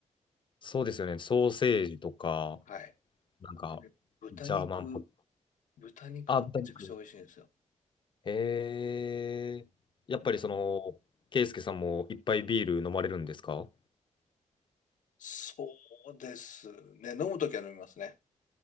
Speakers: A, on the left (about 40°); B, on the left (about 85°).
A: そうですよね。ソーセージとか、
B: はい。
A: なんか、
B: あとね、豚肉、
A: ジャーマンポッ、
B: 豚肉がめちゃくちゃ美味しいんですよ。
A: あ、豚肉。へえやっぱりその、
B: うん
A: ケイスケさんもいっぱいビール飲まれるんですか
B: そうですね。飲むときは飲みますね。